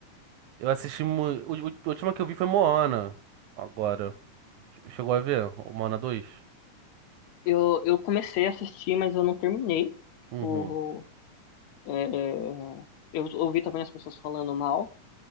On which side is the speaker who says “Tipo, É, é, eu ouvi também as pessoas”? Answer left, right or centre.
Left